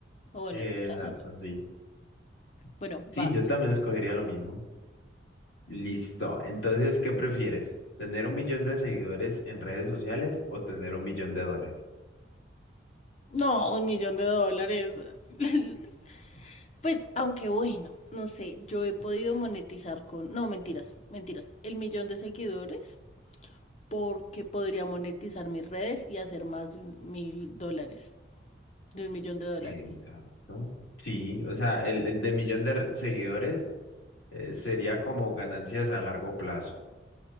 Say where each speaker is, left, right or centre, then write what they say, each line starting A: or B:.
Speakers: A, on the left (about 35°); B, on the left (about 85°).
A: O bueno,
B: Exacto,
A: en mi caso no.
B: sí.
A: Bueno,
B: Sí,
A: vas.
B: yo también escogería lo mismo. Listo. Entonces, ¿qué prefieres? ¿Tener un millón de seguidores en redes sociales o tener un millón de dólares?
A: No, un millón de dólares. <laughs> Pues, aunque bueno, no sé, yo he podido monetizar con, no, mentiras, mentiras, el millón de seguidores porque podría monetizar mis redes y hacer más de un mil dólares, de un millón de dólares.
B: Exacto. Sí, o sea, el, el de millón de re- seguidores eh, sería como ganancias a largo plazo.